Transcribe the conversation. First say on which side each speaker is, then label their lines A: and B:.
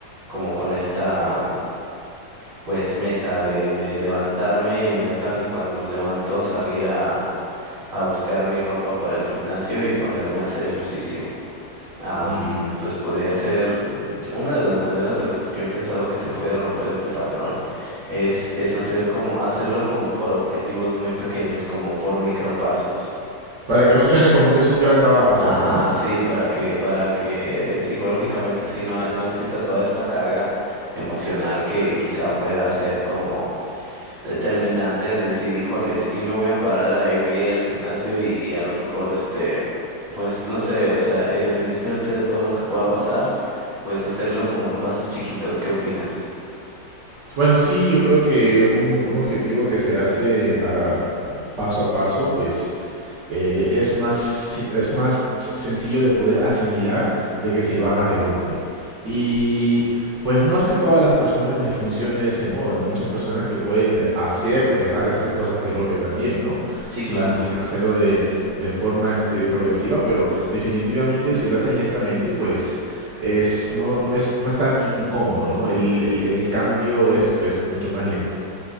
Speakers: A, on the right; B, on the right.
A: como con esta pues meta de, de levantarme y inmediatamente cuando me levanto salir a, a buscar mi ropa para el gimnasio y ponerme a hacer ejercicio. Am,
B: ujú.
A: pues podría ser mm, una de las maneras en las que yo he pensado que se puede romper este patrón es, es hacer como, hacerlo como por objetivos muy pequeños, como por micropasos.
B: Para que no suene como que es un gran trabajo hacerlo,
A: Ajá,
B: ¿no?
A: sí, para que, para que eh, psicológicamente sí no, ha- no exista toda esta carga emocional que quizá pueda ser como determinante en decir, híjole, sí me voy a parar y voy a ir al gimnasio y, y a lo mejor este, pues no sé, o sea, independientemente de todo lo que pueda pasar, pues hacerlo como en pasos chiquitos, ¿qué opinas?
B: Bueno, sí, yo creo que un, un objetivo que se hace ah, paso a paso, pues eh, es más, si- es más sencillo de poder asimilar de que si lo hagas de golpe. Y pues no es que todas las personas les funcione de ese modo. Hay muchas personas que pueden de- hacer o dejar de hacer cosas de golpe también, ¿no?
A: Sí,
B: Sin,
A: claro.
B: sin hacerlo de, de forma este, progresiva, pero definitivamente si lo haces lentamente, pues es, no, no es, no es tan incómodo, ¿no? El, el, el cambio es pues mucho más lento.